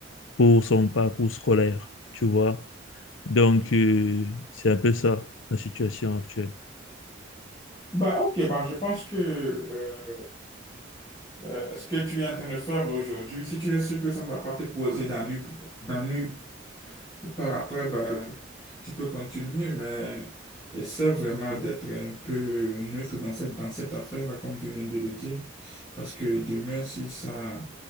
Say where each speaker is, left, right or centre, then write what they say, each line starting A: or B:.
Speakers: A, on the left; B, on the left.
A: pour son parcours scolaire, tu vois. Donc, euh, c'est un peu ça, la situation actuelle.
B: Bah, ok, bah, je pense que euh, euh, ce que tu es en train de faire aujourd'hui, si tu es sûr que ça ne va pas te causer d'ennui, d'ennui Par après, bah, tu peux continuer, mais essaie vraiment d'être un peu neutre dans cette, dans cette affaire-là, comme tu viens de le dire. Parce que demain, si ça,